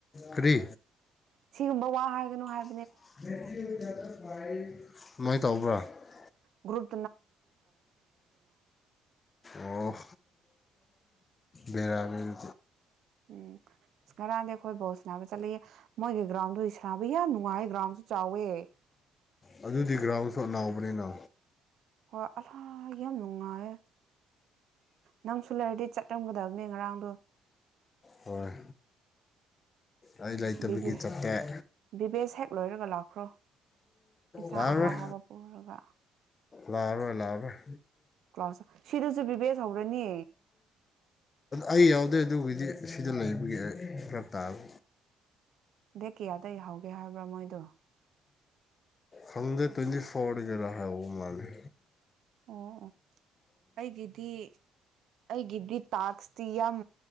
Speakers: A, on the left; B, on the right.
A: ꯇꯔꯤ
B: ꯁꯤꯒꯨꯝꯕ ꯋꯥ ꯍꯥꯏꯒꯅꯨ ꯍꯥꯏꯕ
A: ꯃꯦꯁꯖ ꯏ ꯁꯃꯥꯏꯅ ꯇꯧꯕ꯭ꯔꯥ
B: ꯒꯨꯔꯨ
A: ꯑꯣ ꯔꯥꯕꯤꯗꯤ
B: ꯎꯝ ꯑꯁ ꯉꯔꯥꯡꯗꯤ ꯑꯩꯈꯣꯏ ꯕꯣꯜ ꯁꯥꯟꯅꯕ ꯆꯠꯂꯤ ꯃꯣꯏꯒꯤ ꯒ꯭ꯔꯥꯎꯟꯗꯨ ꯁꯥꯟꯅꯕ ꯌꯥꯝ ꯅꯨꯡꯉꯥꯏ ꯒ꯭ꯔꯥꯎꯟꯁꯨ ꯆꯥꯎꯋꯦ
A: ꯑꯗꯨꯗꯤ ꯒ꯭ꯔꯥꯝ ꯁ ꯅꯥꯎꯕꯅꯤꯅ
B: ꯍꯣꯏ ꯑ ꯌꯥꯝ ꯅꯨꯡꯉꯥꯏ ꯅꯪꯁꯨ ꯂꯩꯔꯗꯤ ꯆꯠꯂꯝꯝꯒꯗꯕꯅꯦ ꯉꯔꯥꯡꯗꯣ
A: ꯍꯣꯏ ꯑꯩ ꯂꯩꯇꯕꯒꯤ
B: ꯕꯤꯕꯦ
A: ꯆꯥꯛꯇꯥꯏ
B: ꯕꯤꯕꯦꯁ ꯍꯦꯛ ꯂꯣꯏꯔꯒ ꯂꯥꯛꯈ꯭ꯔꯣ ꯏꯟꯁꯥꯡ
A: ꯂꯥꯛꯑꯔꯣꯏ
B: ꯑꯍꯥ ꯑꯍꯥꯎꯕ ꯄꯨꯔꯒ
A: ꯂꯥꯛꯑꯔꯣꯏ ꯂꯥꯛꯑꯔꯣꯏ
B: ꯀ꯭ꯂꯥꯁ ꯁꯤꯗꯁꯨ ꯕꯤꯕꯦꯁ ꯍꯧꯔꯅꯤ
A: ꯑꯩ ꯌꯥꯎꯗꯦ ꯑꯗꯨꯕꯨꯗꯤ ꯁꯤꯗ ꯂꯩꯕꯒꯤ ꯐꯔꯞ ꯇꯥꯕ
B: ꯗꯦꯠ ꯀꯌꯥꯗꯩ ꯍꯧꯒꯦ ꯍꯥꯏꯕ꯭ꯔꯥ ꯃꯣꯏꯗꯣ
A: ꯍꯪꯗꯦ ꯇ ꯐꯣꯔ ꯔꯥ ꯍꯥꯏ ꯑꯣ ꯃꯥꯜꯂꯤꯦ
B: ꯑꯣ ꯑꯣ ꯑꯩꯒꯤꯗꯤ ꯑꯩꯒꯤꯗꯤ ꯇꯥꯛꯁꯇꯤ ꯌꯥꯝ